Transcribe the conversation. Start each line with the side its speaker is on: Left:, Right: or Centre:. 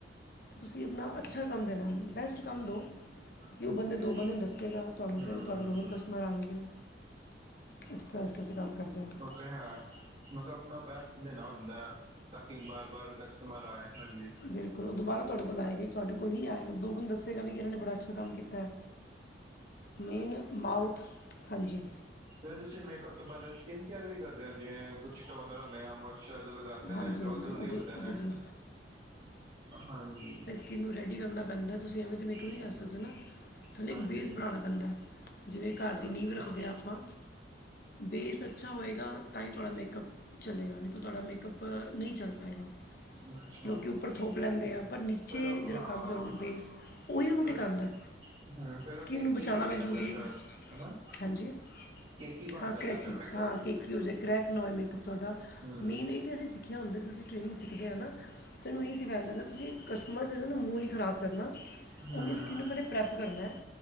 Left: ਤੁਸੀਂ ਆਪਣਾ ਅੱਛਾ ਕੰਮ ਦੇਣਾ ਬੈਸਟ ਕੰਮ ਦੋ। ਕਿ
Right: ਹਮ,
Left: ਓ ਬੰਦੇ
Right: ਜੀ,
Left: ਦੋ ਬੰਦੇ ਨੂੰ ਦੱਸੇਗਾ ਤੁਹਾਨੂੰ
Right: ਹਮ,
Left: ਫਿਰ ਤਾਨੂੰ ਰੋਲ ਕਸਟਮਰ ਆਣਗੇ ਇਸ ਤਰ੍ਹਾਂ ਇਰ੍ਹਾਂ ਕੰਮ ਕਰਦੇ ਆਂ।
Right: ਵਿਹਾਰ ਮਤਲਬ ਆਪਣਾ ਬੈਸਟ ਦੇਣਾ ਹੁੰਦਾ ਤਾਂ ਕੀ ਬਾਰ-ਬਾਰ ਕਸਟਮਰ ਆਏ ਹਾਂਜੀ‌।
Left: ਬਿਲਕੁਲ ਓ ਦੁਬਾਰਾ ਤੁਆਡੇ ਕੋਲ ਆਏਗਾ ਤੁਆਡੇ ਕੋਲ ਵੀ ਆਏਗਾ ਦੋ ਬੰਦੇ ਦੱਸ ਗਾ ਵੀ ਇਨਾਂ ਨੇ ਬੜਾ ਅੱਛਾ ਕੰਮ ਕੀਤਾ ਮੇਨ ਮਾਊਥ ਹਾਂਜੀ।
Right: ਫੇਰ ਤੁਸੀਂ ਮੇਕਅਪ ਤੋਂ ਪੈਲੇ ਸਕਿੰਨ ਕੇਅਰ ਵੀ ਕਰਦੇ ਹੋ ਜਿਵੇਂ ਕੁਛ ਟੋਨੇ ਆ ਹੁੰਦੇ ਆ ਮੋ ਸ਼ਾ ਲਗਾਂਦੇ
Left: ਹਾਂਜੀ
Right: ਨੇ ਜੋ
Left: ਹਾਂਜੀ
Right: ਜ਼ਰੂਰੀ
Left: ਉਹ ਤਾਂ
Right: ਹੁੰਦੇ
Left: ਉਹ
Right: ਨੇ
Left: ਤਾਂ ਜ਼ਰੂਰ
Right: ਹਾਂਜੀ।
Left: ਕਿੰਨ ਨੂੰ ਰੈਡੀ ਕਰਨਾ ਪੈਂਦਾ ਤੁਸੀਂ ਐਵੇਂ ਤਾਂ ਮੇਕਅੱਪ ਨਈ
Right: ਹਮ,
Left: ਕਰ ਸਕਦੇ ਨਾ। ਥੱਲੇ
Right: ਹਾਂਜੀ
Left: ਇੱਕ ਬੇਸ ਬਣਾਣਾ ਪੈਂਦਾ ਜਿਵੇਂ ਘਰ
Right: ਅੱਛਾ
Left: ਦੀ ਨੀਂਵ ਰੱਖਦੇ ਆਂ ਆਪਾਂ ਬੇਸ ਅੱਛਾ ਹੋਏਗਾ। ਤਾਂ ਈ ਤੁਆਡਾ ਮੇਕਅੱਪ ਚੱਲੇਗਾ ਨਈ ਤਾਂ ਤੁਆਡਾ ਮੇਕਅੱਪ ਨਈ ਚੱਲ ਪਾਏਗਾ।
Right: ਅੱਛਾ
Left: ਲੋਕੀ ਉੱਪਰ ਥੋਪ ਲੈਂਦੇ
Right: ਹੂੰ
Left: ਆ ਪਰ ਨੀਚੇ
Right: ਫੇਰ ਉਹ
Left: ਜੇੜਾ
Right: ਹਾਂ
Left: ਕੰਮ ਕਰੋਗੇ ਬੇਸ ਉਹੀ ਉਨੂੰ
Right: ਫੇਰ
Left: ਟਿਕਾਂਦਾ।
Right: ਹੂੰ ਫੇਰ
Left: ਸਕਿੰਨ
Right: ਉਹ ਕੇਕੀ
Left: ਨੂੰ ਬਚਾਣਾ
Right: ਬਣ
Left: ਵੀ
Right: ਜਾਂਦਾ
Left: ਜ਼ਰੂਰੀ
Right: ਸ਼ਾਇਦ
Left: ਏ
Right: ਹਨਾ
Left: ਹਾਂਜੀ।
Right: ਕੇਕੀ ਬਣ
Left: ਹਾਂ
Right: ਜਾਂਦਾ
Left: ਕਰੈਕੀ
Right: ਫਿਰ ਮੇਕਅਪ
Left: ਹਾਂ ਕੇਕੀ ਹੋ ਜਾ ਕਰੈਕ ਨਾ ਹੋਏ ਮੇਕਅਪ ਤੁਆਡਾ
Right: ਹੂੰ
Left: ਮੇਨ ਅਸੀਂ ਸਿੱਖਿਆ ਹੁੰਦਾ ਤੁਸੀਂ ਟ੍ਰੇਨਿੰਗ ਸਿੱਖਦੇ ਆ ਨਾ ਸਾਨੂੰ ਈ ਸਿਖਾਇਆ ਜਾਂਦਾ ਤੁਸੀਂ ਕਸਟਮਰ ਜੇੜਾ ਨਾ ਮੂੰਹ ਨੀ ਨਈ ਖਰਾਬ ਕਰਨਾ।
Right: ਹੂੰ
Left: ਉਦੀ ਸਕਿੰਨ ਨੂੰ ਪੈਲੇ ਪ੍ਰੈਪ ਕਰਨਾ।